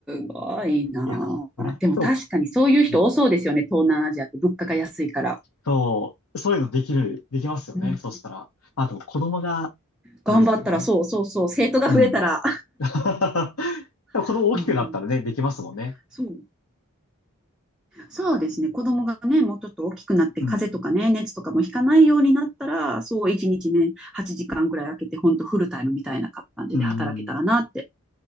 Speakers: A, in the centre; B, on the left.
A: ごいなあ。
B: いや、ほら、
A: でも確かにそういう人多そうですよね。
B: と、うん
A: 東南アジアって物価が安いから。
B: そう、そういうのできる、できますよね。
A: うん。
B: そしたら。まあと子供が、あれですけどね。
A: 頑張ったら、そうそうそう、生徒が増えたら。
B: うん。<laughs> でも子供大きくなったらね、
A: <laughs> うんうん
B: できますもんね。
A: そう、そうですね。子供がね、もうちょっと大きくなって、
B: うん。
A: 風邪とかね、熱とかもひかないようになったら、そう、一日ね、8時間ぐらい空けて、ほんとフルタイムみたいな感じで働けたらなって
B: うん。